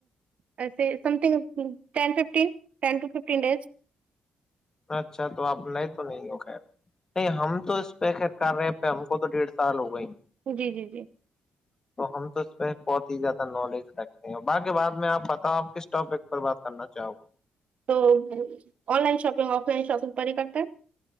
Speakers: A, on the right; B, on the left.
A: ایے سمنگ ٹ ففین ٹ ففین ڈز
B: اچھا تو آپ نہیں تو نہیں ہو خیر نہیں ہم تو اس پہ کر رہے پ ہم کو تو ڈیڑھ سال ہو گئے ہی
A: جی جی جی
B: ج تو ہم تو اس پہ بہت ہی زیادہ نالج رکھتے ہیں باقی بعد میں آپ بتاؤ آپ کس ٹاپک پر بات کرنا چاہو گے
A: تو online shopping offline shopping پر ہی کرتا ہے